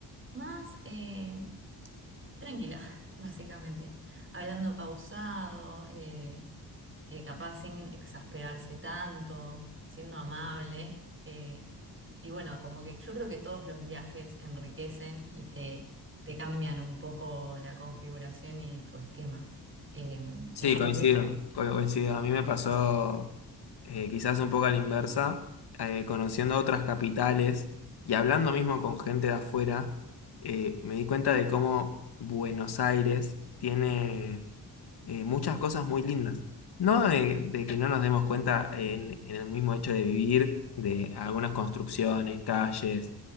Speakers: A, on the right; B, on the left.
A: más eh, tranquila, <laughs> básicamente, hablando pausado. eh, eh, capaz sin exasperarse tanto, siendo amable. eh, y bueno, como que yo creo que todos los viajes enriquecen y te, te cambian un poco la configuración y tu esquema. Eh,
B: Sí,
A: en otros
B: coincido,
A: viajes,
B: co- coincido. A mí me pasó eh, quizás un poco a la inversa, eh, conociendo otras capitales y hablando mismo con gente de afuera, eh, me di cuenta de cómo Buenos Aires tiene eh, muchas cosas muy lindas. No de, de que no nos demos cuenta en, en el mismo hecho de vivir, de algunas construcciones, calles